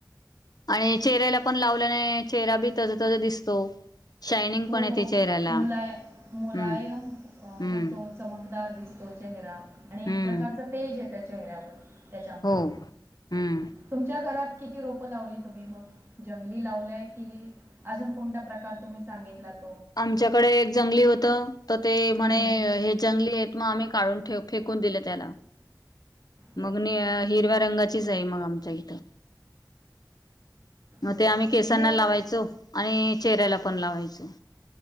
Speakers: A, on the left (about 60°); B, on the right (about 35°).
A: आणि चेहऱ्यालापण लावल्याने, चेहरा बी तजतज दिसतो. शायनिंग
B: हो
A: पण येते चेहऱ्याला
B: मुलाय मुलायम
A: हम्म
B: अ
A: हम्म
B: होतो, चमकदार. दिसतो चेहरा आणि
A: हम्म
B: एक प्रकारचं तेज यतं चेहऱ्यावर त्यांच्यामुळे.
A: हो हम्म
B: तुमच्या घरात किती रोप लावली तुम्ही मग? जंगली लावलाय की, अजून कोण प्रकार तुम्ही सांगितलात?
A: आमच्याकडे एक जंगली होतं, तर ते म्हणे
B: हं,
A: हे जंगली हायत मग आम्ही काढून फेकून दिलं त्याला.
B: बरं
A: मग नि हिरव्या रंगाचीच आहे, मग आमच्या इथं. मग
B: बरं
A: ते आम्ही
B: बरं
A: केसांना
B: नाही
A: लावायचो
B: पण
A: आणि चेहऱ्याला पण लावायचो.